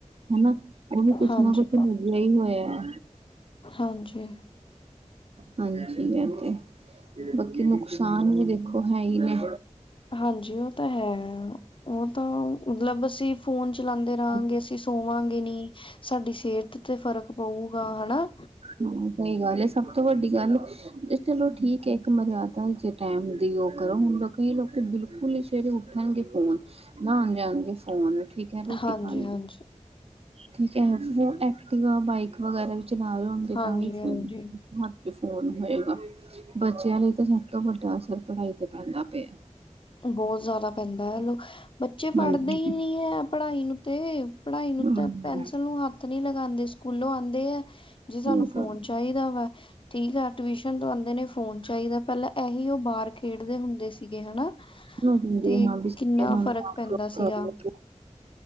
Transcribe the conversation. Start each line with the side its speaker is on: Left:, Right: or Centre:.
Right: ਹਨਾ ਉਹਨੂੰ ਕੁਛ
Left: ਹਾਂਜੀ
Right: ਨਾ ਕੁਛ ਮਿਲਿਆ ਹੀ ਹੋਇਆ ਐ।
Left: ਹਾਂਜੀ।
Right: ਹਾਂਜੀ, ਏ ਤੇ ਬਾਕੀ ਨੁਕਸਾਨ ਵੀ ਦੇਖੋ ਹੈ ਈ ਨੇ।
Left: ਹਾਂਜੀ, ਉਹ ਤਾਂ ਹੈ, ਉਹ ਤਾਂ ਮਤਲਬ ਅਸੀਂ ਫੋਨ ਚਲਾਉਂਦੇ। ਰਾਂਗੇ
Right: ਹਾਂ।
Left: ਅਸੀਂ ਸੋਵਾਂਗੇ ਨੀ ਸਾਡੀ ਸਿਹਤ ਤੇ ਫ਼ਰਕ ਪਊਗਾ ਹਨਾ।
Right: ਹਾਂ, ਸਹੀ ਗੱਲ ਹੈ ਸਭ ਤੋਂ ਵੱਡੀ ਗੱਲ ਚਲੋ ਠੀਕ ਹੈ, ਇੱਕ ਮਰਿਆਦਾ ਜੇ ਟੈਮ ਦੀ ਉਹ ਕਰੋ ਹੁਣ ਲੋਕੀ ਕਈ ਲੋਕ ਤਾਂ ਬਿਲਕੁਲ ਈ ਸਵੇਰੇ ਉੱਠਣਗੇ ਫੋਨ ਮੈਂ ਹੁਣ ਜਾਣਗੇ ਸੋਣਗੇ ਠੀਕ ਐ ਰੋਟੀ
Left: ਹਾਂਜੀ
Right: ਖਾਣ ਲਈ।
Left: ਹਾਂਜੀ
Right: ਠੀਕ ਐ, ਵੋ ਐਕਟੀਵਾ ਬਾਈਕ ਵਗੈਰਾ ਵੀ ਚਲਾ ਰਹੇ ਹੋਣਗੇ
Left: ਹਾਂਜੀ
Right: ਤਾਂ ਵੀ
Left: ਹਾਂਜੀ
Right: ਫੋਨ ਹਾਂਜੀ ਫੋਨ ਹੋਏਗਾ, ਬੱਚਿਆਂ ਲਈ ਤਾਂ ਸਭ ਤੋਂ ਵੱਡਾ ਅਸਰ ਪੜਾਈ ਤੇ ਪੈਂਦਾ ਪਿਆ।
Left: ਬੋਹ ਜ਼ਿਆਦਾ ਪੈਂਦਾ ਐ ਲੋ ਬੱਚੇ ਪੜਦੇ
Right: ਹਾਂਜੀ
Left: ਈ ਨੀ ਐ ਪੜਾਈ ਨੂੰ ਤੇ ਪੜਾਈ ਨੂੰ
Right: ਹਾਂ
Left: ਤਾਂ ਪੈਨਸਿਲ ਨੂੰ ਹੱਥ ਨੀ ਲਗਾਂਦੇ ਸਕੂਲੋਂ ਆਂਦੇ ਐ। ਜੀ ਸਾਨੂੰ
Right: ਠੀਕ
Left: ਫੋਨ
Right: ਆ
Left: ਚਾਹੀਦਾ ਵਾ। ਠੀਕ ਆ ਟਿਊਸ਼ਨ ਤੋ ਆਂਦੇ ਨੇ ਫੋਨ ਚਾਹੀਦਾ ਪਹਿਲਾਂ ਇਹੀ ਉਹ ਬਾਹਰ ਖੇਡਦੇ ਹੁੰਦੇ ਸੀਗੇ ਹਨਾ।
Right: ਹਮ <unintelligible>
Left: ਤੇ ਕਿੰਨਾ ਫ਼ਰਕ ਪੈਂਦਾ ਸੀਗਾ